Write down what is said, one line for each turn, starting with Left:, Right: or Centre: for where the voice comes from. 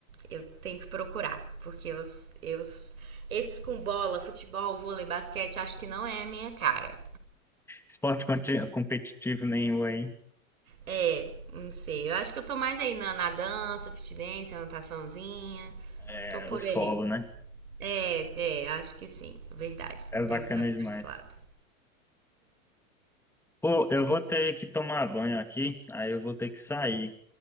Right: Eu tenho que procurar. Porque os, eu, esses com bola, futebol, vôlei, basquete, acho que não é a minha cara.
Centre: Esporte conti- competitivo nenhum aí,
Right: É, não sei. Eu acho que eu tô mais aí na, na dança, fitness, nataçãozinha.
Centre: é
Right: Tô por
Centre: o solo,
Right: ali.
Centre: né?
Right: É, é, acho que sim. Verdade.
Centre: É
Right: Pensando
Centre: bacana
Right: por
Centre: demais.
Right: esse lado.
Centre: Pô, eu vou ter que tomar banho aqui, aí eu vou ter que sair